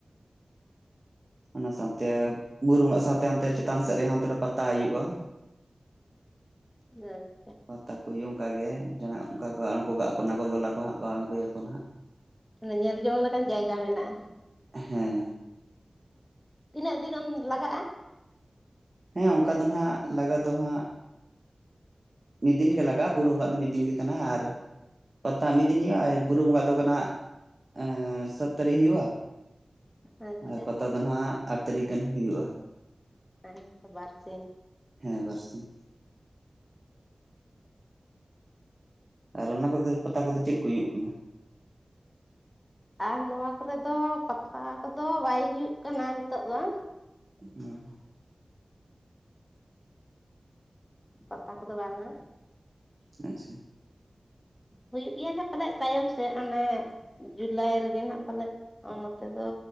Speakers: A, on the right; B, on the left.
A: ᱚᱱᱟ ᱥᱟᱶᱛᱮ ᱵᱩᱨᱩ ᱵᱚᱸᱜᱟᱜ ᱥᱟᱶᱛᱮ ᱚᱱᱛᱮ ᱪᱮᱛᱟᱱ ᱥᱮᱫ ᱨᱮᱦᱚᱸ ᱚᱱᱛᱮ ᱨᱮ ᱯᱟᱛᱟ ᱦᱩᱭᱩᱜᱭᱼᱟ।
B: <unintelligible>
A: ᱯᱟᱛᱟᱠᱚ ᱦᱩᱭᱩᱜᱼᱟ ᱚᱱᱠᱟ ᱜᱮ, ᱡᱟᱦᱟᱱᱟᱜ ᱚᱱᱠᱟ ᱠᱚ ᱟᱬᱜᱳ ᱠᱟᱜ ᱠᱚ ᱱᱟᱜᱚᱞ ᱫᱚᱞᱟ ᱠᱚ ᱦᱟᱸᱜ ᱠᱚ ᱟᱬᱜᱚᱭᱟᱠᱚ ᱱᱟᱦᱟᱸᱜ।
B: ᱚᱱᱟ ᱧᱮᱞ ᱡᱚᱝ ᱞᱮᱠᱟᱱ ᱡᱟᱭᱜᱟ ᱢᱮᱱᱟᱜᱼᱟ।
A: ᱦᱮᱸ
B: ᱛᱤᱱᱟᱹᱜ ᱫᱤᱱ ᱮᱢ ᱞᱟᱜᱟᱜᱼᱟ।
A: ᱦᱮᱸ ᱚᱱᱠᱟ ᱫᱚ ᱱᱟᱦᱟᱜ ᱞᱟᱜᱟᱜ ᱫᱚ ᱦᱟᱸᱜ, ᱢᱤᱫ ᱫᱤᱱ ᱜᱮ ᱞᱟᱜᱟᱜᱼᱟ, ᱵᱩᱨᱩ ᱵᱚᱸᱜᱟᱜ ᱫᱚ ᱢᱤᱫ ᱫᱤᱱ ᱜᱮ ᱠᱟᱱᱟ, ᱟᱨ ᱯᱟᱛᱟ ᱢᱤᱫ ᱫᱤᱱ ᱦᱩᱭᱩᱜᱼᱟ, ᱟᱨ ᱵᱩᱨᱩ ᱵᱚᱸᱜᱟᱜ ᱫᱚ ᱠᱟᱱᱟ, <unintelligible> ᱥᱟᱛ ᱛᱟᱨᱤᱠ ᱦᱩᱭᱩᱜᱼᱟ।
B: ᱟᱪᱪᱷᱟ
A: ᱟᱨ ᱯᱟᱛᱟ ᱫᱚ ᱱᱟᱦᱟᱸᱜ ᱟᱴ ᱛᱟᱹᱨᱤᱠᱷ ᱜᱟᱱ ᱦᱩᱭᱩᱜᱼᱟ।
B: <unintelligible> ᱵᱟᱨᱥᱤᱝ।
A: ᱦᱮᱸ ᱵᱟᱨᱥᱤᱝ। ᱟᱨ ᱚᱱᱟ ᱠᱚᱨᱮ ᱫᱚ ᱯᱟᱛᱟ ᱠᱚᱫᱚ ᱪᱮᱫ ᱠᱚ ᱦᱩᱭᱩᱜ ᱠᱟᱱᱟ।
B: ᱟᱨ ᱱᱚᱣᱟ ᱠᱚᱨᱮ ᱫᱚ ᱯᱟᱛᱟ ᱠᱚᱫᱚ ᱵᱟᱭ ᱦᱩᱭᱩᱜ ᱠᱟᱱᱟ ᱱᱤᱛᱳᱜ ᱫᱚ।
A: <unintelligible>
B: ᱯᱟᱛᱟ ᱠᱚᱫᱚ ᱵᱟᱝᱟ,
A: ᱟᱪᱪᱷᱟ,
B: ᱦᱩᱭᱩᱜ ᱜᱮᱭᱟ ᱱᱟᱜ ᱯᱟᱞᱮ ᱛᱟᱭᱚᱢ ᱥᱮᱫ ᱚᱱᱮ, ᱡᱩᱞᱟᱭ ᱨᱮᱜᱮ ᱱᱟᱜ ᱯᱟᱞᱮᱫ ᱱᱚᱛᱮ ᱫᱚ